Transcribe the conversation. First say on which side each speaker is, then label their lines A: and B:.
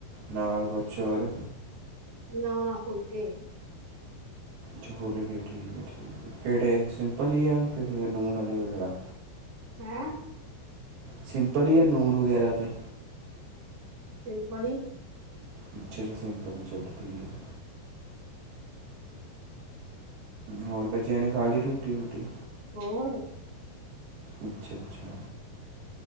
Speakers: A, on the right; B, on the right.
A: ਨਾਲ ਕੁਛ ਹੋਰ?
B: ਨਾ ਨਾ ਫੁਲ ਕੇ।
A: ਚੋਲ ਹੈਗੇ ਠੀਕ ਐ ਠੀਕ ਐ ਕੇੜੇ ਸਿੰਪਲ ਹੀ ਆ ਕਿ ਲੂਣ ਵਾਲੇ ਵਗੈਰਾ?
B: ਹੈਂ?
A: ਸਿੰਪਲ ਈ ਐ ਨੂਣ ਵਗੈਰਾ ਦੇ?
B: ਸਿੰਪਲ ਈ।
A: ਅੱਛਾ ਜੀ ਸਿੰਪਲ ਈ ਚਲੋ ਠੀਕ ਐ। ਹੋਰ ਬੱਚਿਆਂ ਨੇ ਖਾਲੀ ਰੋਟੀ-ਰੂਟੀ?
B: ਹੋਰ।
A: ਅੱਛਾ-ਅੱਛਾ